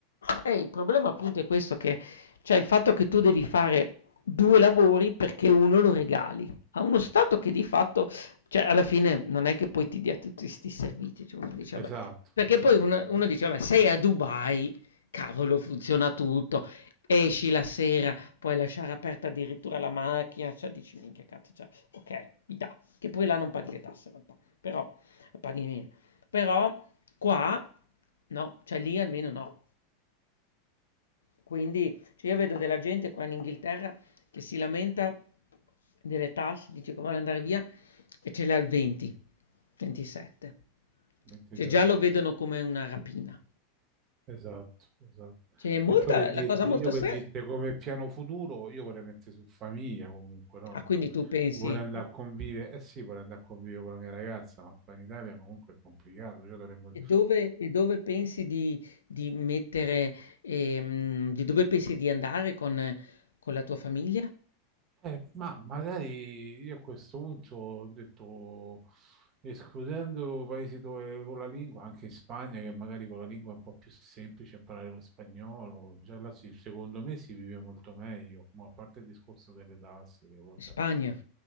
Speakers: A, on the left; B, on the right.
A: E il problema appunto è questo che, cioè il fatto che tu devi fare 2 lavori perché uno lo regali a uno Stato che di fatto, cioè alla fine non è che poi ti dia tutti 'sti servizi, cioè uno dice vabbè
B: Esatto,
A: perché
B: esatto.
A: poi uno uno dice vabbè sei a Dubai, cavolo funziona tutto, esci la sera, puoi lasciare aperta addirittura la macchina, cioè dici minchia cazzo, cioè okay, mi dà, che poi là non paghi le tasse in realtà, però paghi meno, però qua no, cioè lì almeno no. Quindi, cioè io vedo della gente qua in Inghilterra che si lamenta delle tasse, dice che vuole andare via e ce l'ha al 20, 27.
B: 27.
A: Cioè già lo vedono come una rapina.
B: Esatto, esatto.
A: Cioè, molta,
B: E poi per dirti,
A: la cosa molto
B: io per
A: strana.
B: dirti come piano futuro, io vorrei mettere su famiglia comunque, no?
A: Ah, quindi
B: Cioè,
A: tu pensi,
B: vorrei andare
A: e
B: a convivere, eh sì, vorrei andare a convivere con la mia ragazza, ma qua in Italia comunque è complicato, cioè dovremmo...
A: e dove, e dove pensi di, di mettere, ehm, di dove pensi di andare con, con la tua famiglia? In
B: Eh, ma magari io a questo punto ho detto, escludendo paesi dove con la lingua, anche in Spagna, che magari con la lingua è un po' più semplice imparare lo spagnolo, già là si- secondo me si vive molto meglio, ma a parte il discorso delle tasse, che vabbè.
A: Spagna.